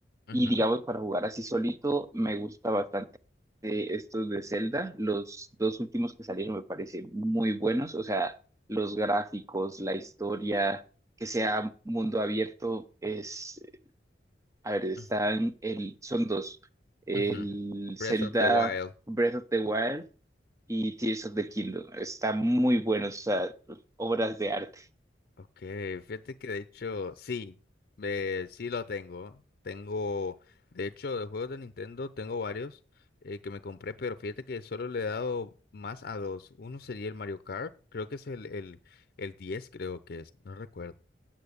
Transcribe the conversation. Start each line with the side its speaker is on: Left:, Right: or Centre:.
Left: ujú,
Right: Y digamos, para jugar así solito, me gusta bastante eh, estos de Zelda. Los dos últimos que salieron me parecen muy buenos. O sea, los gráficos, la historia, que sea mundo abierto, es, a ver, están,
Left: ujú,
Right: el, son dos. El
Left: ujú. Breath
Right: Zelda
Left: of the Wild.
Right: Breath of the Wild y Tears of the Kingdom. Está muy bueno, o sea, obras de arte.
Left: Ok, fíjate que de hecho, sí, eh, sí lo tengo. Tengo, de hecho, de juegos de Nintendo tengo varios eh, que me compré, pero fíjate que solo le he dado más a dos. Uno sería el Mario Kart, creo que es el, el, el 10, creo que es, no recuerdo.